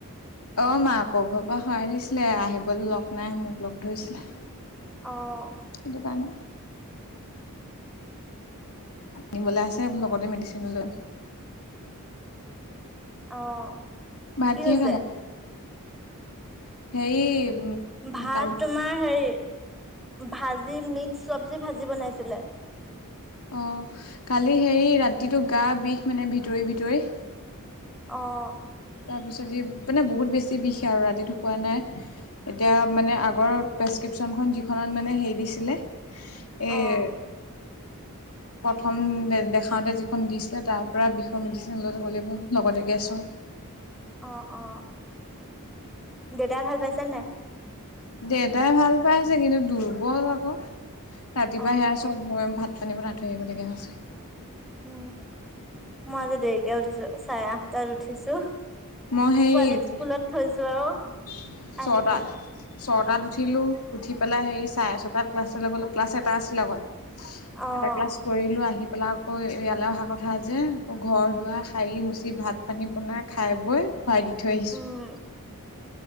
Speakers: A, on the left; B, in the centre.
A: অ', ম আাকৰ ঘৰ পৰা সৰাই দিছিলে আহিবলৈ লগ নাই মোক লগ ধৰিছিলে।
B: অ',
A: সেইটো কাৰণে আনবলৈ আছে। লগতে মেডিচিনো লৈ
B: অ',
A: ভাত
B: কি
A: কিহে
B: হৈছে?
A: খালা <unintelligible> <unintelligible>
B: ভাত
A: কালি
B: তোমাৰ হেৰি, ভাজি মিক্স চবজি ভাজি বনাইছিলে।
A: অ', কালি হেৰি ৰাতিটো গা বিষ মানে ভিতৰি ভিতৰি।
B: অ',
A: তাৰ পিছত মানে, বহুত বেছি বিষে আৰু ৰাতি শুৱা নাই। এতিয়া মানে আগৰ প্ৰেছক্ৰিপশ্যনখন, যিখনত মানে হেৰি দিছিলে। এই,
B: অ',
A: প্ৰথম দে দেখাওঁতে যিখন দিছিলে। তাৰ পৰাৰা বিষৰ মেডিচিন ল ল লাগিব লগতে গেছৰ
B: অ', দেউতাই ভাল পাইছে নাই?
A: দেউতাই ভাল পাইছে কিন্তু, দুৰ্বল আকৌ ৰাতিপুৱা
B: অ'।
A: সেয়া চব মই ভাত পানীব পৰা আ ধুৰি আহিবলগীয়া হৈছে
B: উম, মই আজি দেৰিকে উঠিছো চাৰে আঠটাত উঠিছো
A: মই সেই
B: পোৱালীক স্কুলত থৈছো আৰু
A: <unintelligible>
B: আহি পেলাই
A: ছটাত উঠিলোঁ, উঠি পেলাই হেৰি চাৰে ছটাত ক্লাছলৈ গ'লো ক্লাছ এটা আছিলে আগকল
B: অ',
A: এটা ক্লাছ কৰিলো আহিব এই পেলাই আকৌ ইয়ালৈ অহা কথা যে, আকৌ ঘৰ দুৱাৰ খাৰি মুচি ভাত পানী বনাই খাই বৈ খুৱাই দি থৈ আহিছোঁ।
B: উম,